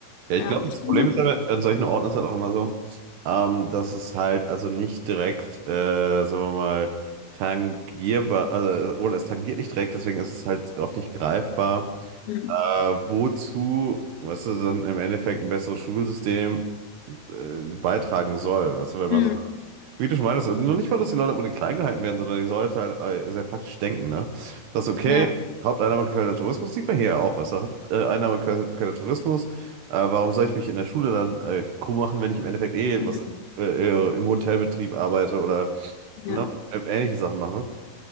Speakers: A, on the right; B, on the left.
A: Ja, ich
B: ja,
A: glaube, das
B: ich bin
A: Problem
B: so.
A: ist aber, an solchen Orten ist halt auch immer so, ähm, dass es halt also nicht direkt, äh, sagen wir mal, tangierbar, also, äh, oder es tangiert nicht direkt, deswegen ist es halt oft nicht greifbar.
B: Hm.
A: Äh, wozu, was weißt du, dann im Endeffekt ein besseres Schulsystem äh, beitragen soll. Was, wenn man
B: Hm.
A: sagt, wie du schon meintest, und nicht mal, dass die Leute ohne klein gehalten werden, sondern die Leute halt äh, sehr praktisch denken, ne? Das ist okay,
B: Ja,
A: Haupteinnahmequelle Tourismus sieht man hier ja auch, was du? Haupteinnahmequelle Tourismus, äh, warum soll ich mich in der Schule dann äh, krumm machen, wenn ich im Endeffekt eh
B: hm.
A: was äh, äh, im Hotelbetrieb arbeite oder
B: Ja,
A: ne, ähnliche Sachen mache?